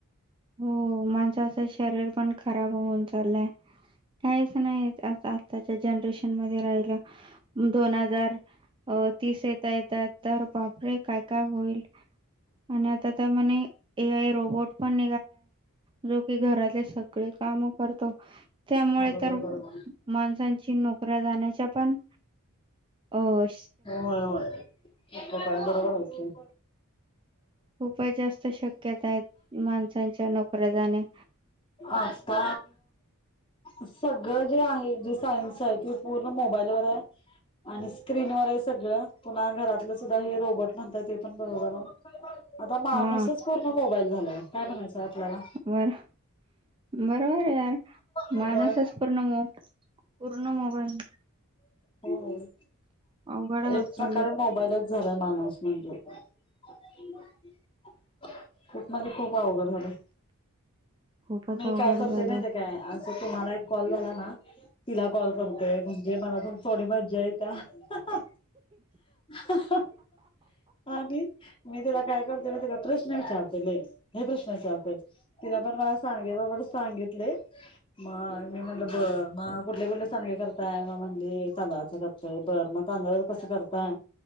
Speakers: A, on the right (about 20°); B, on the left (about 20°).
A: हो माणसाचं शरीर पण खराब होऊन चाललंय,, काहीच नाही आताऽऽ त्याच्या जनरेशन मध्ये राहिला,, दोन हजार तीस येतायत तरऽऽ तर बापरे! काय, काय होईल, आणि आता म्हणे ए आय रोबोट पणऽऽ जो की घरातले सगळे कामं करतो.. त्यामुळे
B: बरोबर
A: तर,,
B: बरोबर.
A: माणसांची नोकऱ्या जाण्याच्या पणऽऽ अं,,
B: होयहोय,, काय बरोबर होतेऽऽ
A: उपाय जास्त शक्यता आहेत,, माणसांच्या नोकऱ्या जाणेऽ
B: आता,, सगळं जे आहे जे सायन्सऽऽ आहे क पूर्ण मोबाईलवरर आयऽऽ आणि स्क्रीनवरर आहे सगळं,, पुन्हा घरातलं सुद्धा हे रोबोट म्हणताय ते पण बरोबर आहे. आता माणूसच
A: हा
B: पूर्ण मोबाईल झालाय,, काय म्हणायचंय आपल्याला?
A: बर बरोबर यार,,
B: मग
A: मानसच पूर्णम पूर्ण मोबाईल.
B: वय वय,,
A: अवघड होत
B: एक प्रकारे
A: चालय
B: मोबाईलच झाला माणूस म्हणजेऽऽ <unintelligible> खूप म्हणजे खूप अवघड झालंय.
A: खूपच
B: मी
A: अवघड
B: काय करते
A: झालंय
B: माहीतीय काय? असं तुम्हाला एक कॉल झाला नाऽऽ तिला कॉल करतोय,, म्हणजे मला पन थोडी मज्जा येत्या, हहहह हहहह, आणि मी तिला काय करतोय माईतीय काय प्रश्ऽऽ विचारतोय लय,, लय प्रश्न विचारतोय तिन पण मला सांडगे पापड सांगितलय,,, मग, मी म्हटलं बर, मगऽ कुठले कुठले सांडगे करताय,, मग म्हणली तांदळाच करतय, बर मग तांदळा कसं करतय?